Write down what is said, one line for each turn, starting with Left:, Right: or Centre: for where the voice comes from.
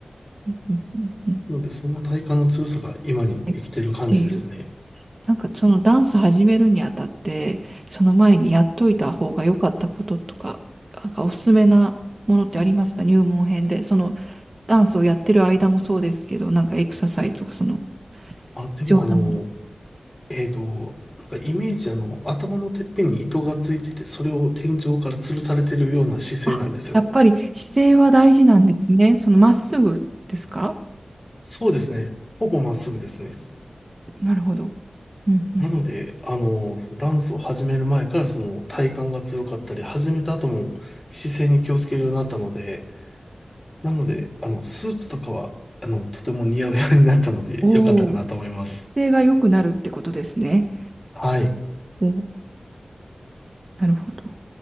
Right: うんうんうんうん
Left: なので、その体幹の強さが今に生きてる感じですね。
Right: はい生きている。なんかそのダンス始めるにあたって、その前にやっといた方が良かったこととか、なんかおすすめなものってありますか入門編で。そのダンスをやってる間もそうですけど、なんかエクササイズとかその
Left: あ、でもあの、
Right: 必要なもの。
Left: えっと、なんかイメージあの、頭のてっぺんに糸がついてて、それを天井から吊るされてるような姿勢なんですよ。
Right: あ、やっぱり姿勢は大事なんですね。そのまっすぐですか
Left: そうですね。ほぼまっすぐですね。
Right: なるほど。うんうん。
Left: なので、あの、ダンスを始める前からその体幹が強かったり、始めた後も姿勢に気をつけるようになったので、なので、あの、スーツとかは、あの、とても似合うようになったので、
Right: おお、
Left: 良かったかなと思います。
Right: 姿勢が良くなるってことですね。
Left: はい。
Right: おお、なるほど。